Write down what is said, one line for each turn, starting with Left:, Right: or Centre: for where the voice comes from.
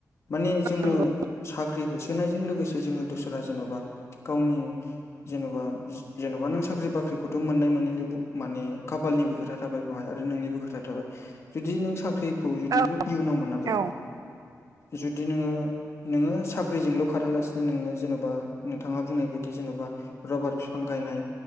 Left: माने जोङो
Right: नंगौ
Left: सा ख्रि होसोनायजों लोगोसे जोङो दसरा जेन'बा गावनि जेन'बा जि जेन'बा नों साख्रि बाख्रिखौथ' मोननाय मोनैनि बु माने खाफालनिबो खोथा थाबाय‌ बहाय आरो नोंनिनो खोथा थाबाय जुदि नों साख्रि खौ जुदि
Right: औ
Left: इयुनाव मोनाब्ला
Right: औ हेलौ
Left: जुदि नोङो नोङो साख्रिजोंल' खारालासिनो नोंनो जेन'बा नोंथाङा बुंनाय बायदि जेन'बा रबार फिफां गायनाय